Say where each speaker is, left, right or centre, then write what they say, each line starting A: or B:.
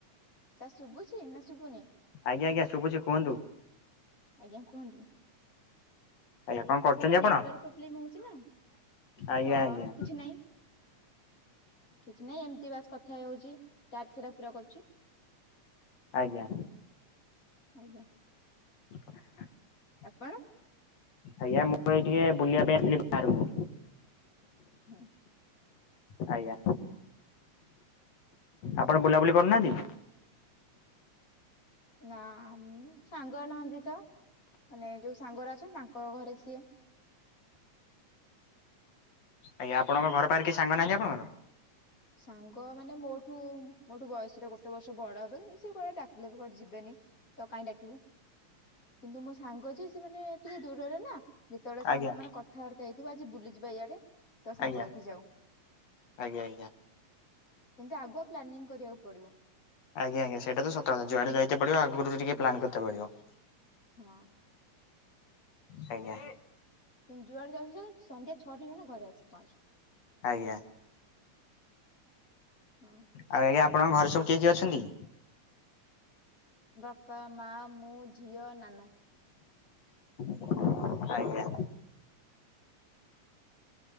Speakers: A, on the left; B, on the left.
A: ସାର୍ ଶୁଭୁଛି ନା ଶୁଭୁନି
B: ଆଜ୍ଞା ଆଜ୍ଞା ଶୁଭୁଛି କୁହନ୍ତୁ
A: ଆଜ୍ଞା କୁହନ୍ତୁ।
B: ଆଜ୍ଞା କଣ
A: ଏପଟେ
B: କରୁଛନ୍ତି ଆପଣ
A: ନେଟୱର୍କ ପ୍ରୋବ୍ଲେମ ହଉଛି ନା ତ-ଅ-ଅ-ଅ
B: ଆଜ୍ଞା ଆଜ୍ଞା
A: କିଛି ନାହିଁ। କିଛି ନାଇଁ ଏମିତି ବାସ କଥା ହଉଛି। ଟାସ୍କ ଗୁରା ପୁରା କରୁଛି।
B: ଆଜ୍ଞା,
A: ଆଜ୍ଞା,
B: <inaudible>
A: ଆପଣ?
B: ଆଜ୍ଞା ମୁଁ ଏଇ ଟିକେ ବୁଲିବା ପାଇଁ ଆସିଥିଲି। ଆରେ ମୁଁ
A: ହଁ,
B: ଆଜ୍ଞା, ଆପଣ ବୁଲାବୁଲି କରୁନାହାନ୍ତି?
A: ନାଁ ମୁଁ ସାଙ୍ଗ ନାହାନ୍ତି ତ ମାନେ ଯୋଉ ସାଙ୍ଗଗୁରା ଅଛନ୍ତି ତାଙ୍କ ଘରେ ସିଏ।
B: ଆଜ୍ଞା ଆପଣଙ୍କ ଘରପାଖରେ କେହି ସାଙ୍ଗ ନାହାନ୍ତି ଆପଣଙ୍କର?
A: ସାଙ୍ଗ ମାନେ ମୋଠୁ-ଉ-ଉ ମୋଠୁ ବୟସରେ ଗୋଟେ ବର୍ଷ ବଡ ହେବେ। ସେ କୁଆଡେ ଡାକିଲେ ବି କୁଆଡେ ଯିବେନି ତ କାହିଁ ଡାକିବୁ। କିନ୍ତୁ ମୋ ସାଙ୍ଗ ଯିଏ ସେ ମାନେ ଟିକେ ଦୂରରେ ନା ଯେତେବେଳେ ସାଙ୍ଗ
B: ଆଜ୍ଞା
A: ମାନେ କଥାବାର୍ତ୍ତା ହେଇଥିବୁ ଆଜି ବୁଲିଯିବା ଇଆଡେ। ତ ସାଙ୍ଗ
B: ଆଜ୍ଞା
A: ହେଇକି ଯାଉ।
B: ଆଜ୍ଞା ଆଜ୍ଞା,
A: କିନ୍ତୁ ଆଗୁଆ ପ୍ଲାନିଂ କରିବାକୁ ପଡିବ।
B: ଆଜ୍ଞା ଆଜ୍ଞା ସେଇଟା ତ ସତ କଥା। ଯୁଆଡେ ଯାଇତେ ପଡିବ ଆଗରୁ ଟିକେ ପ୍ଲାନ କରିତେ ପଡିବ।
A: ହଁ,
B: ଆଜ୍ଞା,
A: ତୁମେ ଯୁଆଡେ ଯାଉଛ ଯାଅ ସନ୍ଧ୍ୟା ଛଅଟା ହେଲା ମାନେ ଘରେ ଆସିକି ପହଞ୍ଚ।
B: ଆଜ୍ଞା,
A: ହ,
B: ଆଉ ଆଜ୍ଞା ଆପଣଙ୍କ ଘରେ ସବୁ କିଏ କିଏ ଅଛନ୍ତି?
A: ବାପା, ମା, ମୁଁ, ଝିଅ, ନାନା।
B: ଆଜ୍ଞା,